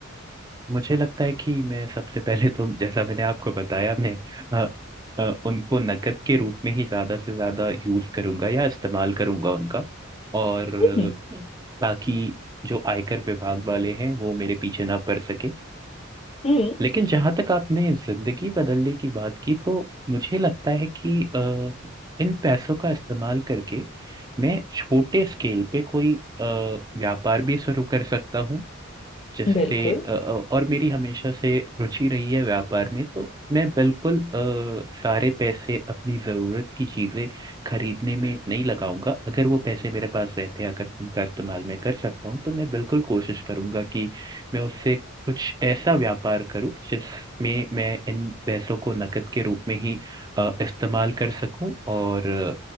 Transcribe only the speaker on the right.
मुझे लगता है कि मैं सबसे पहले तो जैसा मैंने आपको बताया मैं अ, अ, उनको नकद के रूप में ही ज्यादा से ज्यादा यूज करूंगा या इस्तेमाल करूंगा उनका और अ,
ताकि जो आयकर विभाग वाले हैं वो मेरे पीछे ना पड़ सके
लेकिन जहां तक आपने जिंदगी बदलने की बात की तो मुझे लगता है कि अ, इन पैसों का इस्तेमाल करके मैं छोटे स्केल पे कोई अ, व्यापार भी शुरू कर सकता हूँ जिससे
अ, अ, और मेरी हमेशा से रुचि रही है व्यापार में तो मैं बिल्कुल अ, सारे पैसे अपनी ज़रूरत की चीज़ें खरीदने में नहीं लगाऊंगा अगर वो पैसे मेरे पास रहते हैं अगर उनका इस्तेमाल मैं कर सकता हूँ तो मैं बिल्कुल कोशिश करूंगा कि मैं उससे कुछ ऐसा व्यापार करूं जिसमें मैं इन पैसों को नकद के रूप में ही अ, इस्तेमाल कर सकूं और अ,